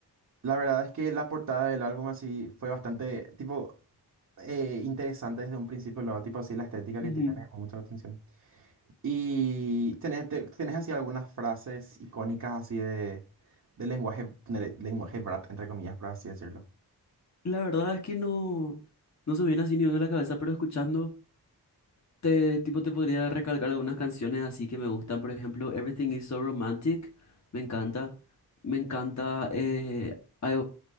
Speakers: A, on the right; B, on the left.
A: La verdad es que la portada del álbum así fue bastante, tipo, eh, interesante desde un principio, luego, tipo, así la estética
B: Ujú.
A: que tiene me llamó mucho la atención. Y tenés, te- tenés así algunas frases icónicas así de, de lenguaje, de lenguaje brat, entre comillas, por así decirlo.
B: La verdad es que no, no se me viene así ni uno a la cabeza, pero escuchando. Te, tipo, te podría recalcar algunas canciones así que me gustan. Por ejemplo, Everything is so romantic. Me encanta. Me encanta. eh, I,